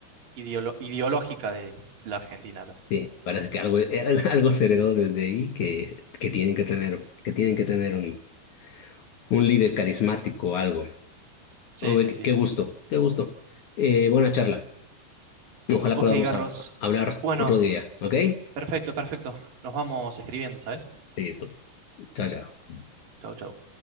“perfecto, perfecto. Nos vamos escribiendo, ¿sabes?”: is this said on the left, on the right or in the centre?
Right